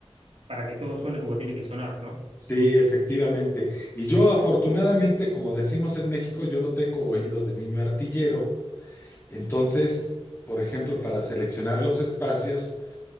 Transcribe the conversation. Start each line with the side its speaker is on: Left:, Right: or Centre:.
Right: para que todo suene como tiene que sonar, ¿no?
Left: Sí, efectivamente. Y yo afortunadamente, como decimos en México, yo no tengo oído de niño artillero, entonces, por ejemplo, para seleccionar los espacios,